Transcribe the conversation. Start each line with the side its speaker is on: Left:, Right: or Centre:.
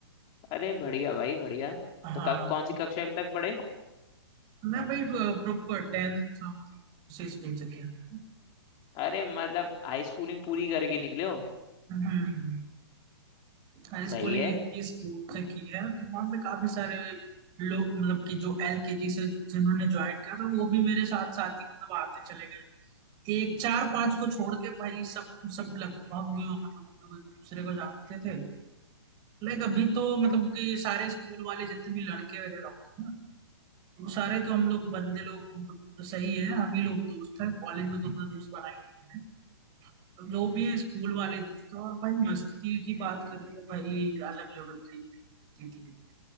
Left: अरे बढ़िया भाई बढ़िया
Right: है हाँ
Left: तो क, कौन सी
Right: तो
Left: कक्षा तक पढ़े
Right: मैं भाई प्रॉपर टेंथ मतलब उसी स्कूल से किया मैंने
Left: अरे मतलब हाई स्कूलिंग पूरी करके निकले हो
Right: हम्म मैंने स्कूलिंग
Left: सही है
Right: 21 स्कूल से की है तो वहाँ पे काफी सारे लोग मतलब कि जो एलकेजी से जिन्होंने ज्वाइन किया था वो भी मेरे साथ साथ ही मतलब आते चले गए एक चार पांच को छोड़ के भाई सब सब लगभग मतलब हम लोग एक दूसरे को जानते थे लाइक अभी तो मतलब कि सारे स्कूल वाले जितने भी लड़के वगैरह होते हैं ना तो वो सारे तो हम लोग बंदे लोग मतलब तो सही है हम ही लोग दोस्त हैं कॉलेज में तो अपने दोस्त बनाए नहीं मैंने तो जो भी है स्कूल वाले दोस्त हैं और भाई मस्ती की बात करें तो भाई अलग लेवल की होती थी